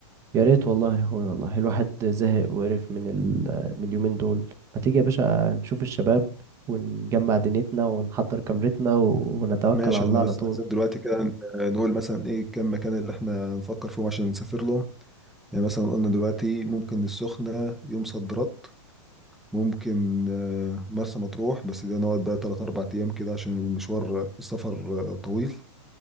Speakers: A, on the right (about 20°); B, in the centre.
A: ريت والله يا اخويا والله الواحد زهق وقرف من ال... من اليومين دول ما تيجي يا باشا نشوف الشباب ونجمع دنيتنا ونحضر كاميرتنا و... ونتوكل
B: ماشي
A: على الله
B: احنا
A: على
B: بس
A: طول
B: عايزين دلوقتي كده ن- نقول مثلا ايه كم مكان اللي احنا هنفكر فيهم عشان نسافر لهم يعني مثلا قلنا دلوقتي ممكن السخنة يوم صد رد ممكن آه، مرسى مطروح بس ده نقعد بقى تلات أربع أيام كده عشان المشوار السفر آه، طويل